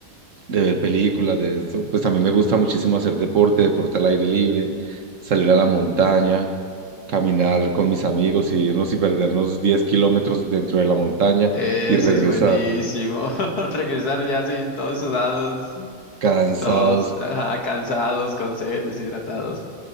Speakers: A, on the right; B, on the left.
A: de ver películas, de esto. Pues también me gusta muchísimo hacer deporte, deporte al aire libre, salir a la montaña, caminar con mis amigos y irnos y perdernos 10 kilómetros dentro de la montaña
B: Eso
A: y regresar
B: es buenísimo. <laughs> Regresar ya sin todos sudados,
A: cansados.
B: todos ajá, cansados, con sed, deshidratados.